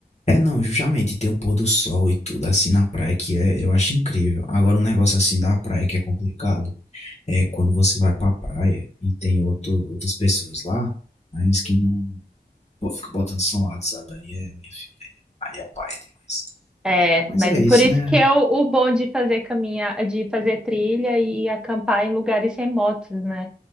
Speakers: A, on the left (about 40°); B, in the centre.
A: É, não, justamente tem o pôr do sol e tudo assim na praia que é, eu acho incrível. Agora, um negócio assim da praia que é complicado é quando você vai pra praia e tem outro, outras pessoas lá, mas que não. Pô, fica botando som alto, sabe? Aí é, minha filha, aí é, aí é paia demais.
B: É,
A: Mas
B: mas
A: é
B: é
A: isso,
B: por isso
A: né?
B: que é o, o bom de fazer caminhar, de fazer trilha e acampar em lugares remotos, né?